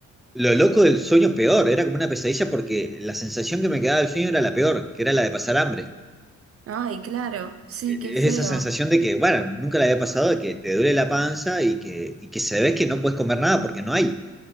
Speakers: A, in the centre; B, on the right.
A: lo loco del sueño peor, era como una pesadilla porque la sensación que me quedaba del sueño era la peor, que era la de pasar hambre.
B: Ay, claro, sí,
A: es
B: qué feo.
A: esa sensación de que, bueno, nunca le había pasado de que te duele la panza y que, y que se ve que no puedes comer nada porque no hay.